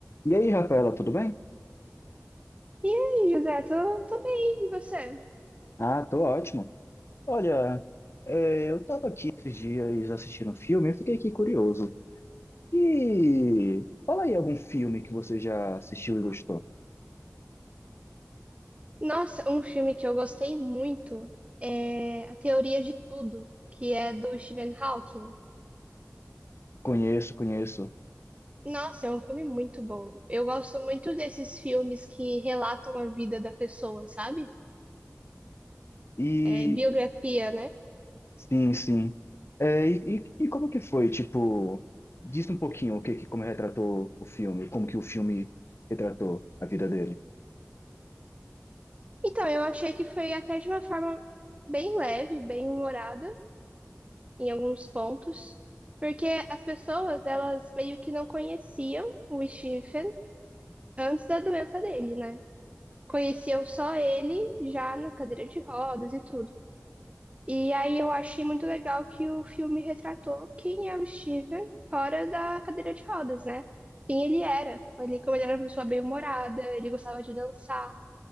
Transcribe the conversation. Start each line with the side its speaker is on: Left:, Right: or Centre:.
Left: E aí, Rafaela, tudo bem?
Right: E aí, José, tô, tô bem, e você?
Left: Ah, tô ótimo. Olha, é, eu tava aqui esses dias assistindo um filme e fiquei aqui curioso. Que... Fala aí algum filme que você já assistiu e gostou.
Right: Nossa, um filme que eu gostei muito é A Teoria de Tudo, que é do Stephen Hawking.
Left: Conheço, conheço.
Right: Nossa, é um filme muito bom. Eu gosto muito desses filmes que relatam a vida da pessoa, sabe?
Left: E
Right: É biografia, né?
Left: sim, sim. É, e, e- e como que foi? Tipo, diz um pouquinho o que, que- como retratou o filme, como que o filme retratou a vida dele.
Right: Então, eu achei que foi até de uma forma bem leve, bem humorada em alguns pontos, porque as pessoas, elas meio que não conheciam o Stephen antes da doença dele, né? Conheciam só ele já na cadeira de rodas e tudo. E aí eu achei muito legal que o filme retratou quem é o Steven fora da cadeira de rodas, né? Quem ele era. Ele, como ele era uma pessoa bem-humorada, ele gostava de dançar,